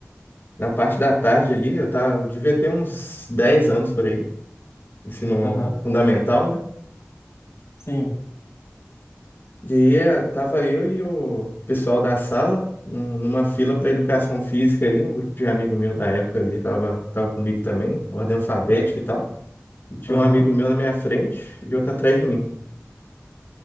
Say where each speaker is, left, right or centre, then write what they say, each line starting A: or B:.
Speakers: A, on the left (about 45°); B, on the left (about 70°).
A: na parte da tarde ali, eu tava, eu devia ter uns 10 anos por aí, ensino
B: aham,
A: fundamental, né?
B: sim,
A: E aí eh, tava eu e o pessoal da sala num- numa fila para educação física ali, um grupo de amigo meu da época ali tava, tava comigo também, ordem alfabética e tal. E tinha
B: aham.
A: um amigo meu na minha frente e outro atrás de mim.